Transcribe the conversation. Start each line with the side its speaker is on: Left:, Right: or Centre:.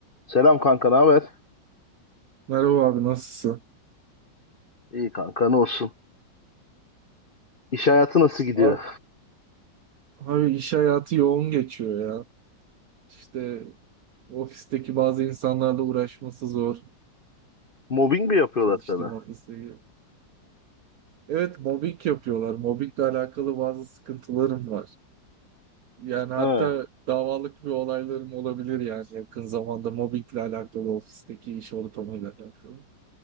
Left: Selam kanka, ne haber?
Right: Merhaba abi nasılsın?
Left: İyi kanka, ne olsun? İş hayatı nasıl gidiyor?
Right: Abi, abi iş hayatı yoğun geçiyor ya. İşte ofisteki bazı insanlarla uğraşması zor.
Left: Mobbing mi yapıyorlar
Right: Çalıştığım
Left: sana?
Right: ofiste. Evet mobbing yapıyorlar. Mobbingle alakalı bazı sıkıntılarım var. Yani hatta
Left: Ha,
Right: davalık bir olaylarım olabilir yani yakın zamanda mobbingle alakalı ofisteki iş ortamıyla alakalı.